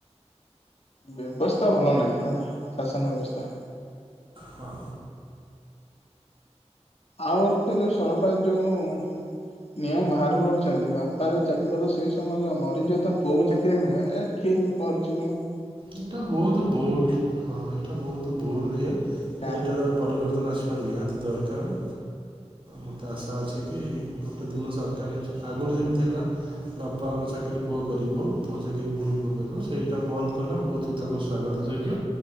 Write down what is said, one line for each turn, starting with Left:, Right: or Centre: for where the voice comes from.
Left: ବେବସ୍ଥା ଭଲ ନାହିଁ ହେଲା ଶାସନ ବେବସ୍ଥା।
Right: ହଁ
Left: ଆଉ ଗୋଟେ ଯୋଉ ସରକାର ଯୋଉ ନିୟମ ବାହାର କରିଛନ୍ତି ବାପା ଯୋଉ ଚାକିରି କରିବ ସେଇ ସମୟରେ ଯୋ ମରିଯିବ ତା ପୁଅ କୁ ଚାକିରି ମିଳେ ଏ କିଏ ବି କରିଛି କହନା?
Right: ଏଇଟା ବହୁତ ବୋଲ ଦି ହଁ ଏଇଟା ବହୁତ ଭୁଲ ଇଏ
Left: କା
Right: ଏଇଟା ତା ପରିବର୍ତ୍ତନ ଆସିବା ନିହାତି ଦର ତାହାଲେ ମୋତେ ଆଶା ଅଛି କି ଗୋଟେ ଦିନ ସରକାର ଆଗରୁ ଯେମିତି ଥିଲା ବାପାଙ୍କ ଚାକିରି ପୁଅ କରିବ ପୁଅ ଚାକିରି ପୁଣି ପୁଅ କରିବ ସେଇଟା ବନ୍ଦ କଲା ବହୁତ ତାକୁ ସ୍ଵାଗତ ଯୋଗ୍ୟ।